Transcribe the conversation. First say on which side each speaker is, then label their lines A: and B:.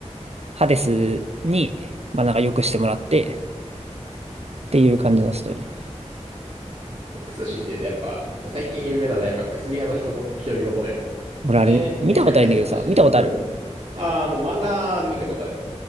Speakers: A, on the right (about 60°); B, on the right (about 40°).
A: ハデスに、まあなんか良くしてもらってっていう感じのストーリー。
B: クスシって言うとやっぱ、最近有名なのはやっぱ薬屋の人ご、独り言だよね。
A: 俺あれ、
B: あれ、めちゃくちゃヒットしてるよね。
A: 見たことあるんだけどさ、見たことある
B: うん。あー、あの、漫画で見たことある。